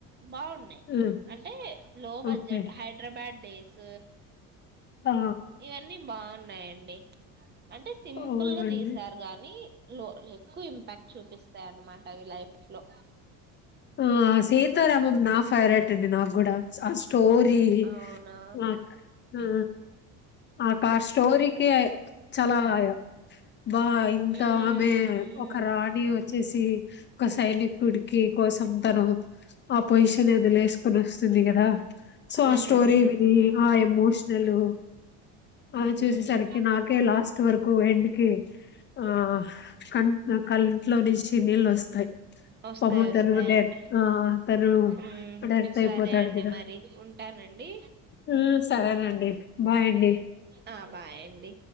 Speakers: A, on the right; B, on the left.
A: బాగున్నాయి
B: ఆ,
A: అంటే లో బడ్జెట్
B: ఓకే
A: హైదరాబాద్ డేస్
B: ఆ,
A: ఇవన్నీ బాగున్నాయండి, అంటే సింపుల్
B: అవునండి
A: గా తీసారు గాని లో ఎక్కువ ఇంపాక్ట్ చూపిస్తా, అదే అన్నమాట ఈ లైఫ్ లో
B: ఆ సీతారామం నా ఫెవరెట్ అండి నాకు కూడా అ స్టోరి
A: అవునా
B: అక్ ఆ ఆ కార్ స్టోరికి చలవయ బాయ్ ఉత్త
A: మ్మ్
B: ఆమె ఒక రాణి వచ్చేసి ఒక సైనికుడికి, కోసం తను ఆ పొజిషన్ వదిలేసుకొని వస్తుంది, కదా సో
A: నిజమే
B: ఆ స్టోరీ
A: నిజమే
B: విని
A: అండి
B: ఆ ఎమోషన్, నలు అది చూసేసరికి
A: మ్మ్
B: నాకే లాస్ట్ వరకు ఎండ్కిి ఆ క కంట్లో నుంచి నీళ్ళు వస్తాయి,
A: వస్తాయి
B: పాపము
A: వస్తాయండి
B: డెర్ తను
A: మ్మ్
B: డెర్త్ అయిపోతాడు,
A: సరే అండి
B: కదా
A: మరి ఉంటానండి
B: హు సరేనండి బాయ్ అండీ
A: ఆ ఆ బాయ్ అండీ